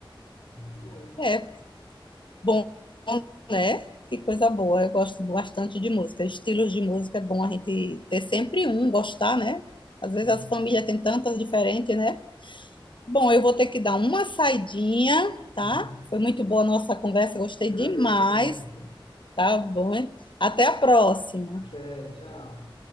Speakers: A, on the left (about 80°); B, on the left (about 60°).
A: ah, que bom.
B: É bom, né? Que coisa boa. Eu gosto bastante de música. Estilos de música é bom a gente ter sempre um, gostar, né? Às
A: Sim.
B: vezes as famílias têm tantas diferentes, né? Bom, eu vou ter que dar uma saidinha, tá?
A: Uhum.
B: Foi muito
A: Ok.
B: boa a nossa conversa, gostei
A: Agradeço
B: demais,
A: também.
B: tá bom? Até a próxima.
A: Até, tchau.